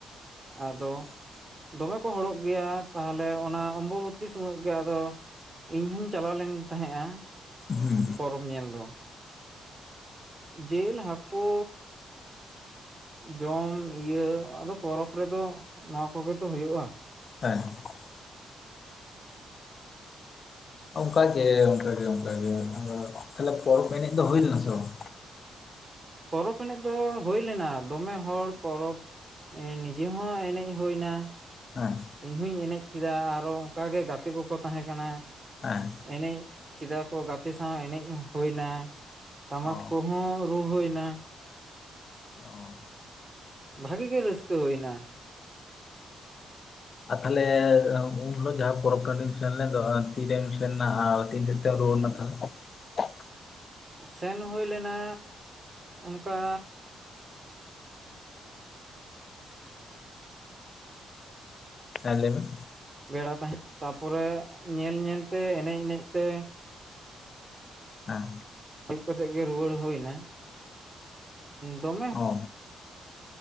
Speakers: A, on the right (about 35°); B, on the left (about 50°).
A: ᱟᱫᱚ ᱫᱚᱢᱮ ᱠᱚ ᱦᱚᱲᱚᱜ ᱜᱮᱭᱟ ᱛᱟᱦᱚᱞᱮ ᱚᱱᱟ ᱚᱢᱵᱚᱵᱛᱤ ᱥᱚᱢᱚᱭ ᱜᱮ ᱟᱫᱚ ᱤᱧ ᱦᱚᱧ ᱪᱟᱞᱟᱣ ᱞᱮᱱ ᱛᱟᱦᱮᱸᱼᱟ
B: ᱦᱩᱸ
A: ᱯᱚᱨᱚᱵᱽ ᱧᱮᱞ ᱫᱚ ᱡᱤᱞ ᱦᱟᱠᱳ ᱡᱚᱢ ᱤᱭᱟᱹ ᱟᱫᱚ ᱯᱚᱨᱚᱵᱽ ᱨᱮᱫᱚ ᱱᱚᱣᱟ ᱠᱚᱜᱮ ᱛᱚ ᱦᱩᱭᱩᱜᱼᱟ
B: ᱦᱮ ᱚᱱᱠᱟᱜᱮ ᱚᱱᱠᱟᱜᱮ ᱚᱱᱠᱟᱜᱮ ᱛᱟᱦᱞᱮ ᱯᱚᱨᱚᱵᱽ ᱮᱱᱮᱡ ᱫᱚ ᱦᱩᱭ ᱞᱮᱱᱟ ᱥᱮ ᱵᱟᱝ
A: ᱯᱚᱨᱚᱵᱽ ᱮᱱᱮᱡ ᱫᱚ ᱦᱩᱭ ᱞᱮᱱᱟ ᱫᱚᱢᱮ ᱦᱚᱲ ᱯᱚᱨᱚᱵᱽ ᱱᱤᱡᱮ ᱦᱚᱸ ᱮᱱᱮᱡ ᱦᱩᱭᱮᱱᱟ
B: ᱵᱟᱝ
A: ᱤᱧᱦᱚᱧ ᱮᱱᱮᱡ ᱠᱮᱫᱟ ᱟᱨᱦᱚ ᱚᱱᱠᱟᱜᱮ ᱜᱟᱛᱮ ᱠᱚᱠᱚ ᱛᱟᱸᱦᱮ ᱠᱟᱱᱟ
B: ᱦᱮᱸ ᱦᱮᱸ
A: ᱮᱱᱮᱡ ᱠᱮᱫᱟ ᱠᱚ ᱜᱟᱛᱮ ᱥᱟᱶ ᱮᱱᱮᱡ ᱦᱩᱭᱮᱱᱟ ᱴᱟᱢᱟᱠ
B: ᱚ
A: ᱠᱚᱦᱚᱸ ᱨᱩ ᱦᱩᱭᱮᱱᱟ
B: ᱚ
A: ᱵᱷᱟᱹᱜᱮ ᱜᱮ ᱨᱟᱹᱥᱠᱟᱹ ᱦᱩᱭᱮᱱᱟ
B: ᱟ ᱛᱟᱦᱚᱞᱮ ᱩᱱ ᱦᱤᱞᱳᱜ ᱡᱟᱦᱟᱸ ᱯᱚᱨᱚᱵᱽ ᱴᱟᱺᱰᱤᱢ ᱥᱮᱱᱞᱱᱟ ᱛᱤᱨᱮᱢ ᱥᱮᱱ ᱮᱱᱟ ᱛᱤᱱ ᱥᱮᱛ ᱛᱮᱢ ᱨᱩᱣᱟᱹᱲ <inaudible>
A: ᱥᱮᱱ ᱦᱩᱭ ᱞᱮᱱᱟ ᱚᱱᱠᱟ
B: ᱦᱮ ᱞᱮᱭ ᱵᱤᱱ
A: ᱯᱮᱲᱟ ᱛᱟᱦᱮᱸᱱ ᱛᱟᱨᱯᱚᱨᱮ ᱧᱮᱞ ᱧᱮᱞᱛᱮ ᱮᱱᱮᱡ ᱮᱱᱮᱡ ᱛᱮ
B: ᱦᱮᱸ
A: ᱟᱹᱭᱩᱵ ᱠᱟᱛᱮᱜ ᱜᱮ ᱨᱩᱣᱟᱹᱲ ᱦᱩᱭᱮᱱᱟ ᱫᱚᱢᱮ
B: ᱚ